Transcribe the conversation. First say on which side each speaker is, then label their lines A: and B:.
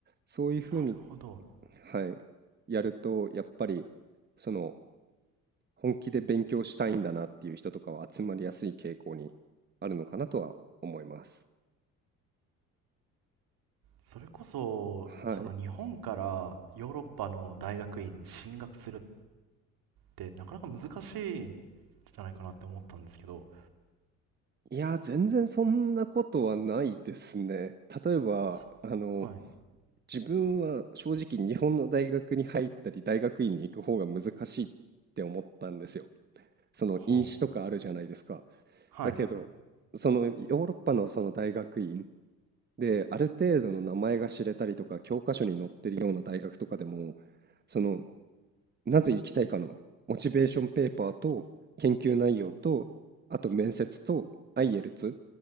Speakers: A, on the right (about 25°); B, on the right (about 55°).
A: そういうふうに、
B: なるほど
A: はい、やると、やっぱり、その、本気で勉強したいんだなっていう人とかは集まりやすい傾向にあるのかなとは思います。
B: それこそ、
A: はい。
B: その日本からヨーロッパの大学院に進学するってなかなか難しいんじゃないかなって思ったんですけど、
A: いや、全然そんなことはないですね。例えば、
B: そはい。
A: あの、自分は正直日本の大学に入ったり大学院に行く方が難しいって思ったんですよ。その院試とかあるじゃないですか。
B: ほう。はい。
A: だけど、そのヨーロッパのその大学院である程度の名前が知れたりとか教科書に載ってるような大学とかでも、そのなぜ行きたいかのモチベーションペーパーと研究内容と、あと面接と IELTS、